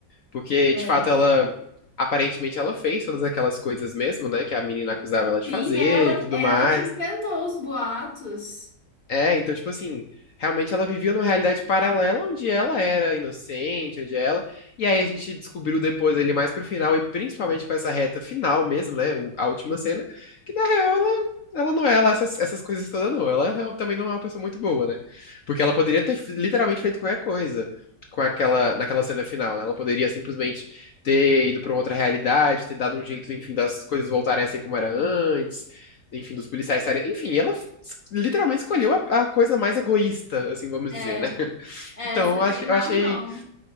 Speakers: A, on the left (about 60°); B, on the left (about 30°).
A: Porque,
B: É.
A: de fato, ela, aparentemente, ela fez todas aquelas coisas mesmo, né, que a menina acusava ela de
B: Sim,
A: fazer
B: ela,
A: e tudo
B: ela
A: mais.
B: que inventou os boatos.
A: É, então, tipo assim, realmente ela vivia numa realidade paralela onde ela era inocente, onde ela. E aí a gente descobriu depois ali mais pro final, e principalmente com essa reta final mesmo, né? o- A última cena, que na real ela, ela não é lá essas, essas coisas todas, não. Ela real- também não é uma pessoa muito boa, né? Porque ela poderia ter f- literalmente feito qualquer coisa com aquela, naquela cena final, né? Ela poderia simplesmente ter ido pra uma outra realidade, ter dado um jeito, enfim, das coisas voltarem a ser como era antes enfim, dos policiais estarem. Enfim, ela f- literalmente escolheu a, a coisa mais egoísta, assim, vamos
B: É,
A: dizer, né? <laughs>
B: é,
A: Então,
B: você
A: eu ach-
B: tem
A: eu
B: razão.
A: achei,